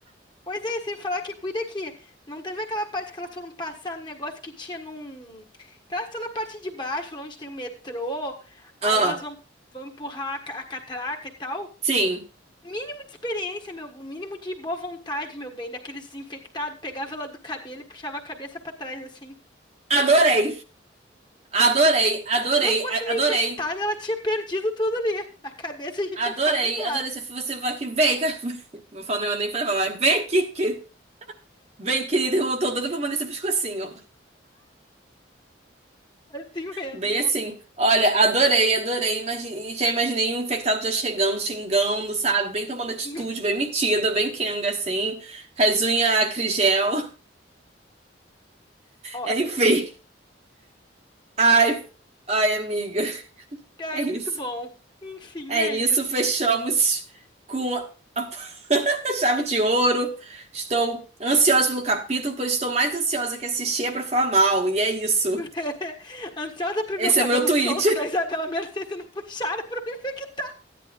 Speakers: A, on the left (about 25°); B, on the right (about 35°).
A: pois é, sem falar que cuida que não teve aquela parte que elas foram passar no negócio que tinha num. Que elas estão na parte de baixo, lá onde tem o metrô,
B: Ah,
A: aí elas vão, vão empurrar a, ca- a catraca e tal.
B: sim.
A: Mínimo de experiência, meu, o mínimo de boa vontade, meu bem, daqueles desinfectados, pegava ela do cabelo e puxava a cabeça pra trás assim.
B: Adorei. Adorei, adorei,
A: Se eu fosse
B: a-
A: uma
B: adorei.
A: infectada, ela tinha perdido tudo ali. A cabeça já
B: Adorei,
A: tinha ficado do outro
B: adorei.
A: lado.
B: Se você vai aqui, vem cá. <laughs> Não falo nem, nem pra falar, mas vem aqui, que... Vem, querido, eu tô doida pra mandar esse pescocinho.
A: Assim mesmo.
B: Bem assim. Olha, adorei, adorei. Imagine... Já imaginei um infectado já chegando, xingando, sabe? Bem tomando atitude,
A: <laughs>
B: bem metida, bem quenga, assim. Com as unhas acrigel.
A: Ó,
B: <laughs> Enfim. Ai, ai, amiga.
A: Ai,
B: É isso.
A: muito bom. Enfim,
B: É
A: é
B: isso,
A: isso.
B: fechamos com a <laughs> Chave de ouro. Estou ansiosa pelo capítulo, pois estou mais ansiosa que assistir é pra falar mal. E é isso.
A: <laughs> Ansiosa pra
B: Esse
A: ver o cabelo
B: é o meu tweet.
A: solto da Isabela Mercê sendo puxada pra me infectar.